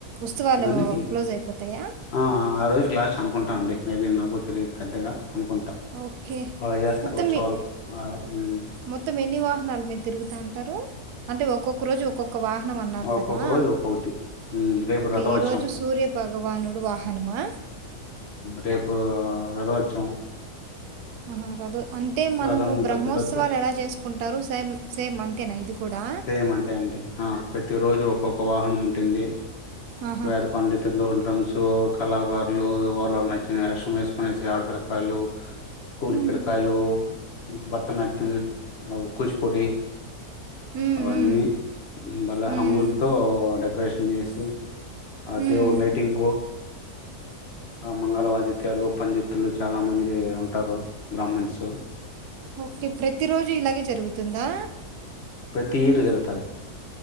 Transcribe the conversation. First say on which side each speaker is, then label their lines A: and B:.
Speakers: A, on the right (about 90°); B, on the left (about 50°).
A: ఉత్సవాలు
B: ఏమండి
A: క్లోజ్ అయిపోతాయా?
B: ఆ రోజుకి లాస్ట్ అనుకుంటానండి మేబీ నాకు తెలియదు పెద్దగా అనుకుంటా
A: ఓకే
B: బాగా చేస్తారు
A: మొత్తం
B: ఉత్సవాలు
A: మీ
B: ఆ ఉమ్
A: మొత్తం ఎన్ని వాహనాల మీద తిరుగుతా అంటారు అంటే ఒక్కొక్క రోజు ఒక్కొక్క ఒక వాహనం అన్నారు
B: ఒక్కొక్క
A: కదా
B: రోజు ఒక్కొక్కటి ఉమ్ రేపు
A: ఓకే
B: రథోత్సవం
A: ఈ రోజు సూర్య భగవానుడు వాహనమా
B: రేపు రథవచ్చం
A: ఆహ రదు అంటే మనము
B: రథం
A: బ్రహ్మోత్సవాలు
B: పెద్ద పెద్ద
A: ఎలా చేసుకుంటారు సేమ్ సేమ్ అంతేనా ఇది కూడా
B: సేమ్ అంటే అండి ఆ ప్రతి రోజు ఒక్కొక్క వాహనం ఉంటుంది
A: ఆహా
B: వేద పండితులు స్ కళాకారులు వాళ్ళ నచ్చిన వేష్రం వేసుకుొనేసి ఆడపిల కాయలు స్కూల్
A: ఉమ్,
B: పిల్లకాయలు భరతనాట్యం కూచిపూడి
A: ఉమ్,
B: అవన్నీ
A: ఉమ్,
B: బళ్ళ
A: ఉమ్,
B: హంగులతో డెకరేషన్ చేసి అదేవ
A: ఉమ్.
B: లై టింగ్ మంగళ ఆదిత్యాలు పండితులు చాలా మంది ఉంటారు బ్రాహ్మన్స్
A: ఓకే ప్రతి రోజు ఇలాగే జరుగుతుందా
B: ప్రతిరు జరతాయి